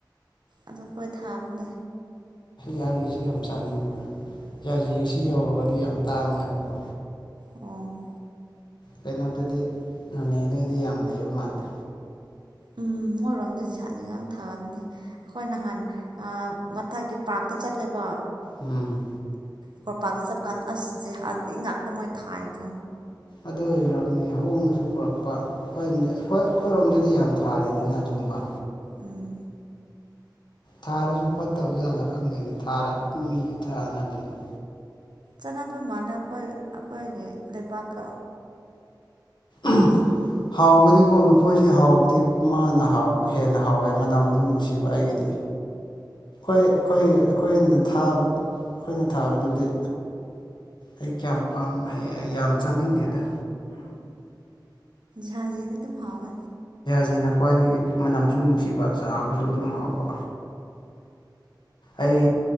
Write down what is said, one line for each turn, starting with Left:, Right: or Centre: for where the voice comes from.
Right: ꯑꯗꯨ ꯑꯩꯈꯣꯏ ꯊꯥꯕꯅꯤ
Left: ꯌꯥꯖꯤꯁꯤ ꯌꯥꯝ ꯆꯥꯅꯤꯡꯕ ꯌꯥꯖꯤ ꯑꯁꯤ ꯌꯧꯔꯒꯗꯤ ꯌꯥꯝ ꯇꯥꯡꯉꯦꯕꯀꯣ
Right: ꯑꯣ
Left: ꯀꯩꯅꯣꯗꯗꯤ ꯅꯣꯅꯦꯗꯩꯗꯤ ꯌꯥꯝ ꯂꯩꯕ ꯃꯥꯜꯂꯦ
Right: ꯎꯝ ꯃꯣꯏꯔꯣꯝꯗ ꯁꯥꯁꯤ ꯉꯥꯛꯅ ꯊꯥꯑꯕꯅꯤ ꯑꯩꯈꯣꯏ ꯅꯍꯥꯟ ꯃꯊꯛꯀꯤ ꯄꯥꯔꯛꯇ ꯆꯠꯂꯦꯕ
Left: ꯎꯝ
Right: ꯀꯣꯔꯄꯥꯛꯇ ꯆꯞꯄꯀꯥꯟꯗ ꯑꯁꯁꯦ ꯍꯗꯤ ꯉꯥꯛꯇ ꯃꯣꯏ ꯊꯥꯏꯗꯣ
Left: ꯑꯗꯨꯔꯝꯅꯤ ꯍꯣꯡꯅꯁꯨ ꯄꯨꯔꯛꯄ ꯑꯩꯈꯣꯏ ꯑꯩꯈꯣꯏ ꯑꯩꯈꯣꯏꯔꯣꯝꯗꯗꯤ ꯌꯥꯝ ꯊꯥꯔꯦꯗꯅ ꯑꯗꯨꯒꯕ
Right: ꯎꯝ
Left: ꯊꯥꯔꯁꯨ ꯐꯠꯇꯕꯖꯥꯠꯂ ꯈꯪꯗꯣꯏꯅꯦ ꯊꯥꯔ ꯃꯤꯁꯨ ꯊꯥꯅꯗꯣꯏꯅꯤ
Right: ꯆꯥꯟꯅꯗꯕ ꯃꯥꯜꯂꯦ ꯑꯩꯈꯣꯏ ꯑꯩꯈꯣꯏꯒꯤ ꯂꯩꯕꯥꯛꯀ
Left: ꯎꯝ ꯍꯥꯎꯕꯗꯤꯀꯣ ꯂꯨꯐꯣꯏꯁꯦ ꯍꯥꯎꯕꯗꯤ ꯃꯥꯅ ꯍꯥꯎ ꯍꯦꯟꯅ ꯍꯥꯎꯋꯦ ꯃꯅꯝꯁꯨ ꯅꯨꯡꯁꯤꯕ ꯑꯩꯒꯤꯗꯤ ꯑꯩꯈꯣꯏ ꯑꯩꯈꯣꯏ ꯑꯩꯈꯣꯏꯅ ꯊꯥꯕ ꯑꯩꯈꯣꯏꯅ ꯊꯥꯕꯗꯨꯗꯤ ꯑꯩ ꯀꯌꯥꯝ ꯄꯥꯝ ꯌꯥꯝ ꯆꯥꯅꯤꯡꯗꯦꯗ
Right: ꯍꯖꯤ ꯇꯨ ꯍꯥꯕ
Left: ꯁꯤꯅ ꯈ꯭ꯋꯥꯏꯗꯒꯤ ꯃꯅꯝꯁꯨ ꯅꯨꯡꯁꯤꯕ ꯆꯥꯕꯁꯨ ꯑꯗꯨꯝ ꯍꯥꯎꯕ ꯑꯩ